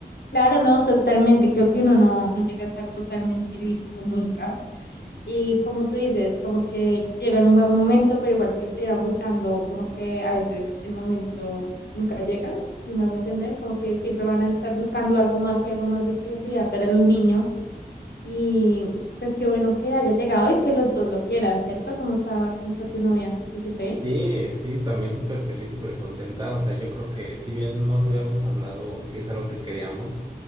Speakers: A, on the left; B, on the right.
A: Claro, no, totalmente. Creo que uno no, no llega a estar totalmente listo nunca. Y como tú dices, como que llega en un buen momento, pero igual si lo estuvieran buscando, como que a veces el momento nunca llega, si me hago entender, como que siempre van a estar buscando algo más y algo más de estabilidad para el niño. Y pues qué bueno que haya llegado y que los dos lo quieran, ¿cierto? ¿Cómo está, cómo está tu novia? ¿Se siente
B: Sí,
A: bien?
B: sí, también súper feliz, súper contenta. O sea, yo creo que si bien no lo habíamos hablado, sí es algo que queríamos.